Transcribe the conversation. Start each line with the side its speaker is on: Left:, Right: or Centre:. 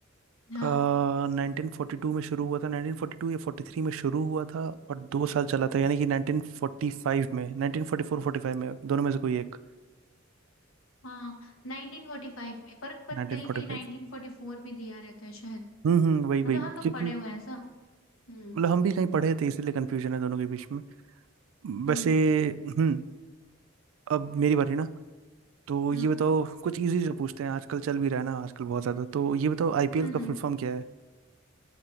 Left: हाँ
Right: नाइनटीन फोर्टी टू में शुरू हुआ था नाइनटीन फोर्टी टू या फोर्टी थ्री में शुरू हुआ था और दो साल चला था यानी कि नाइनटीन फोर्टी फाइव में nineteen forty four forty five में दोनों में से कोई एक
Left: हाँ 1945 में पर पर
Right: Nineteen
Left: कहीं
Right: forty
Left: कहीं 1944
Right: five
Left: भी दिया रहता है शायद
Right: हम्म हम्म वही वही
Left: मतलब हम तो
Right: क्योंकि
Left: पढ़े हुए हैं सब हम्म
Right: मतलब हम भी कहीं पढ़े थे इसीलिए कंफ्यूजन है दोनों के बीच में वैसे
Left: हम्म
Right: हम्म अब मेरी बारी ना तो
Left: हाँ
Right: ये बताओ कुछ इजी से पूछते हैं आजकल चल भी रहा है ना आजकल बहुत ज्यादा तो ये बताओ आईपीएल
Left: हम्म
Right: का
Left: हम्म
Right: फुल फॉर्म क्या है